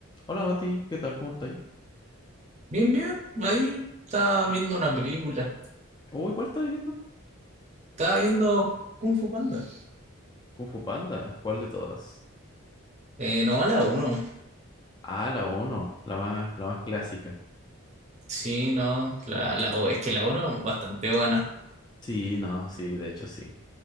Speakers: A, on the left; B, on the right.
A: Hola Mati, ¿qué tal? ¿Cómo estáis?
B: Bien, bien, ahí estaba viendo una película.
A: Uy, ¿cuál estáis viendo?
B: Estaba viendo Kung Fu Panda.
A: Kung Fu Panda, ¿cuál de todas?
B: Eh, no, la uno.
A: Ah, la uno, la más, la más clásica.
B: Sí, no, la, la- o es que la uno bastante buena.
A: Sí, no, sí, de hecho sí.